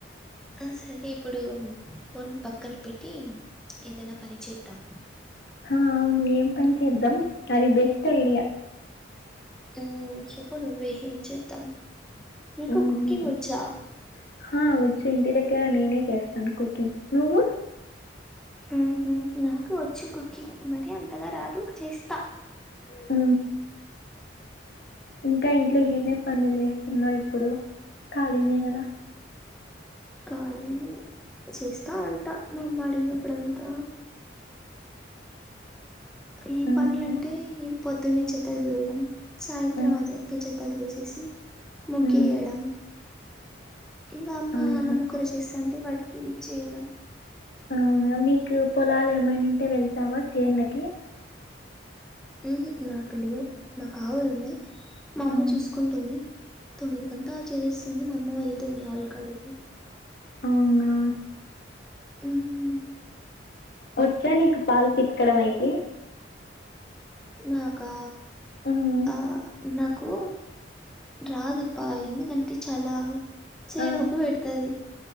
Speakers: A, in the centre; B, on the left (about 60°).
A: అ సరే ఇప్పుడు ఫోన్ పక్కన పెట్టి ఏదన్నా పని చేద్దాం
B: ఆ అవును ఏం పని చేద్దాం అది బెస్ట్ ఐడియ
A: ఉమ్ చెప్పు నువ్వే ఏం చేద్దాం మీకు
B: ఉమ్,
A: కుకింగ్ వచ్చా
B: హా వచ్చు ఇంటి దగ్గర నేనే చేస్తాను కుకింగ్ నువ్వు
A: ఉ హు నాకు వచ్చు కుకింగ్ మరి అంతగా రాదు చేస్తా
B: ఊ ఇంకా
A: హ్మ్.
B: ఇంట్లో ఏం ఏం పనులు చేస్తున్నావు ఇప్పుడు ఖళీనే కదా
A: కాలినె చేస్తవుంట మా అమ్మ అడిగినప్పుడంతా ఏం
B: హ్మ్
A: పనులంటే ఎం పొద్దున్నే చెత్తలు దూయడం సాయంత్రం
B: హ్మ్
A: అదే చెత్తలు దూసేసి ముగియడం
B: హ్మ్
A: ఇంగ అమ్మ
B: అవునా
A: అన్నము కూర చేస్తా అంటే వాటికి హెల్ప్ చేయడం
B: అవున మీకు పొలాలు ఏమైనా ఉంటే వెళ్తావా చేన్లకి
A: ఉహుమ్ నాకు లేవు మాకు ఆవులు ఉన్నాయి మా అమ్మ
B: అవునా
A: చూసుకుంటుంది తొమ్మిది కంతా చేసేసింది మా అమ్మ వెళ్తుంది ఆవుల కాడికి
B: అవునా
A: ఉమ్
B: వచ్చా నీకు పాలు పితకడం అయితే
A: నాకా
B: హ్మ్
A: ఆ న కు రాడుప్ప ఎందుకంటే చాలా చెయ్యి
B: ఆ
A: నొప్పి పెడతది